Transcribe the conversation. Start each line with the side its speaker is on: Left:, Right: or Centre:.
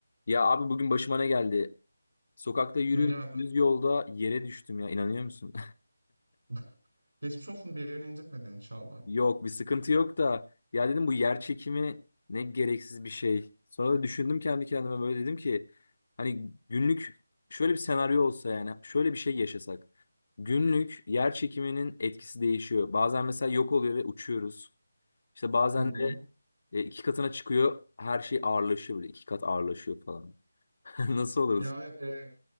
Left: Ya abi bugün başıma ne geldi? Sokakta yürüyorduk
Right: Ne geldi?
Left: düz yolda yere düştüm ya inanıyor musun?
Right: <laughs> Geçmiş olsun bir yerini incitmedin inşallah.
Left: <laughs> Yok bir sıkıntı yok da ya dedim bu yer çekimi ne gereksiz bir şey. Sonra da düşündüm kendi kendime böyle dedim ki hani günlük şöyle bir senaryo olsa yani şöyle bir şey yaşasak. Günlük yer çekiminin etkisi değişiyor. Bazen mesela yok oluyor ve uçuyoruz. İşte bazen
Right: Hı hı.
Left: de e, iki katına çıkıyor her şey ağırlaşıyor böyle iki kat ağırlaşıyor falan. <laughs> Nasıl olurdu?
Right: Yani e,